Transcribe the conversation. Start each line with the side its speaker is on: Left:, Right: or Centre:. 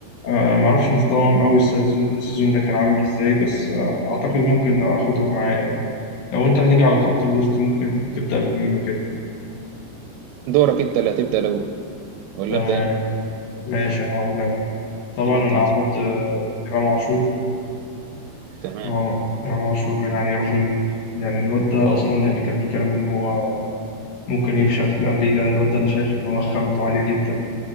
Left: آه معرفش مستواهم أوي السيزون السيزون ده كان عامل إزاي بس آه أعتقد ممكن آخدهم معايا يعني لو أنت هتيجي على خط الوسط ممكن تبدأ بمين وكده
Right: دورك انت اللي هتبدا الاول ولا
Left: تمام
Right: ابدا انا
Left: ماشي أنا هقول أنا طبعا
Right: إيه اللي
Left: أنا
Right: انت عايزه
Left: هحط آه إمام عاشور
Right: تمام
Left: إمام إمام عاشور يعني رهيب يعني الواد ده أصلا يعني كان في كلام إن هو ممكن يفشل في الأهلي لا الواد ده أنا شايف إن هو خامته عالية جدا